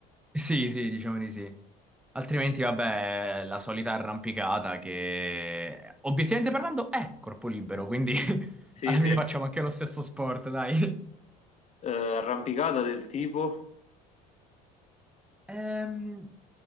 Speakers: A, in the centre; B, on the left.
A: Sì, sì, diciamo di sì. Altrimenti, vabbè, la solita arrampicata che, obiettivamente parlando, è corpo libero, quindi <laughs>
B: Sì,
A: alla
B: sì.
A: fine facciamo anche lo stesso sport, dai.
B: Eh, arrampicata del tipo.
A: Ehm,